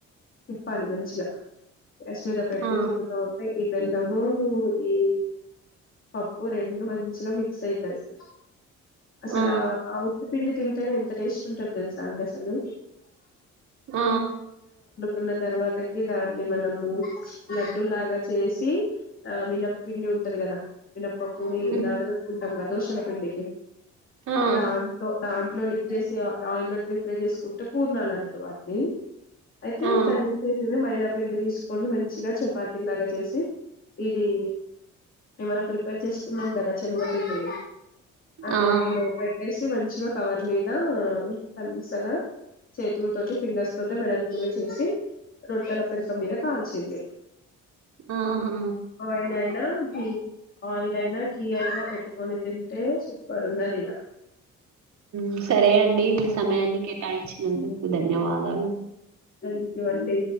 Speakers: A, on the left; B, on the right.
A: తిప్పాలి మంచిగా గ్యాస్ మీద పెట్టి
B: ఆ!
A: తిప్పుతా ఉంటే బెల్లము ఈ పప్పు రెండు మంచిగా మిక్స్ అయితది అసలు
B: ఆ!
A: ఆ ఉత్పిండి తిన్ టెనే ఎంత టేస్ట్ ఉంటది తెలుసా అండి అసలు
B: ఆ
A: ఉన్న తర్వాతకి దాన్ని మనము లడ్డు లాగా చేసి ఆ మినప్పిండి ఉంటది కదా వినప్పప్పుని
B: హ్మ్.
A: నాన పెట్టుకుంటాం కద దోష జొన్న పిండికి
B: ఆ!
A: దాన్తో దాన్ లో డిప్ చేసి ఆయిల్ డీఫ్రై చేసుకుంటే పూర్ణాలంటారు వాటిని తే
B: ఆ! ఆ!
A: కలిపి చేసేదే మైదా పిండి తీసుకొని మంచిగా చపాతిలాగా చేసి ఇది మనం ప్రిపేర్ చేసుకున్నాం కదా శనుగ పిండిది అది
B: ఆ!
A: ఇందులో పెట్టేసి మంచి కవర్ మీద పలుచగా చేతుల తోటి ఫింగర్స్ తోటి వెడల్పుగా చేసి రొట్టెల పెంక మీద కాల్చింది
B: ఆహా!
A: ఆయిల్ అయినా ఆయిల్ అయినా ఘీ అయినా పెట్టుకొని తింటే సూపర్ ఉన్నది ఇగ
B: ఉ సరే అండి మీ సమయాన్ని కేటాయించినందు ధన్యవాదాలు
A: థ్యాంక్యు అండి